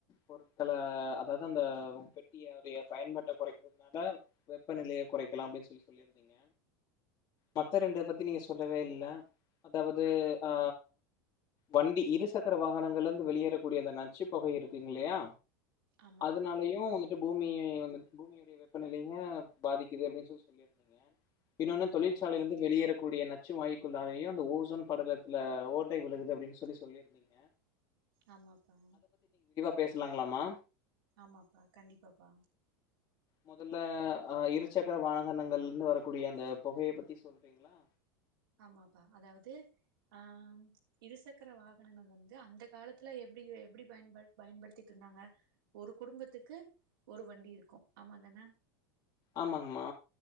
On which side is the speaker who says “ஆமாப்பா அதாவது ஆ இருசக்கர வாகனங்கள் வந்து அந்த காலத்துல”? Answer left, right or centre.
Right